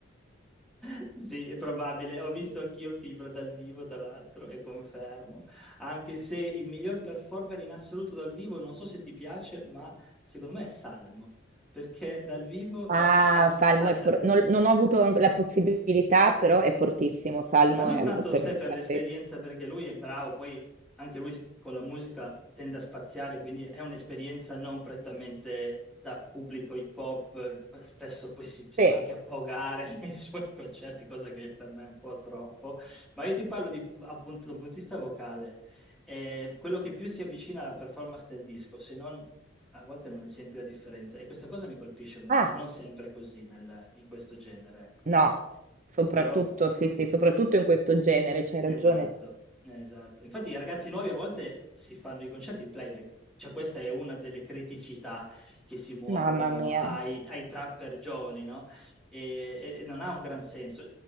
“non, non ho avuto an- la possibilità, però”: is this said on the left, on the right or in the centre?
Right